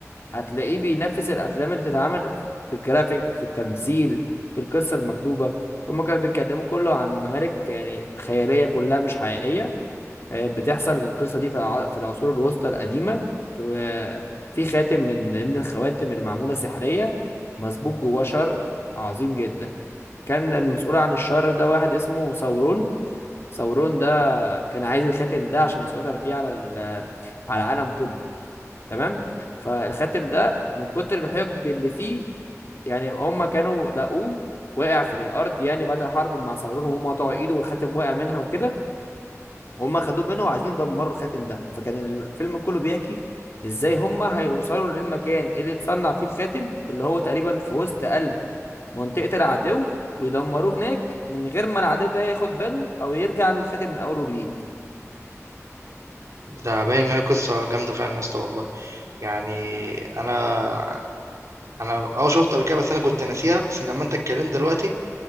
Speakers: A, on the left (about 50°); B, on the right (about 70°).
A: هتلاقيه بينافس الافلام اللي بتتعمل في الجرافيك في التمثيل في القصه المكتوبه هما كانوا بيتكلموا كله عن ممالك يعني خياليه كلها مش حقيقيه آه، بتحصل القصه دي في الع- في العصور الوسطى القديمه في آه، في خاتم من من الخواتم اللي معموله سحريه مسبوب جواه شر عظيم جدا كان المسؤول عن الشر ده واحد اسمه ثورون ثورون ده كان عايز الخاتم ده عشان يسيطر بيه على ال- على العالم كله تمام فالخاتم ده من كتر الحقد اللي فيه يعني هم كانوا لقوه واقع في الارض يعني بعد الحرب مع صابرون وهم قطعوا ايده والخاتم وقع منها وكده وهم خدوه منه وعايزين يدمروا الخاتم ده فكان الفيلم كله بيحكي ازاي هم هيوصلوا للمكان اللي اتصنع فيه الخاتم اللي هو تقريبا في وسط قلب منطقة العدو ويدمروه هناك من غير ما العدو ده ياخد باله او يرجع له الخاتم من اول وجديد
B: ده باين إن هي قصة جامدة فعلًا يا اسطى والله. يعني أنا أنا آه شُفته قبل كده بس أنا كنت ناسيها، بس لمّا أنت اتكلمت دلوقتي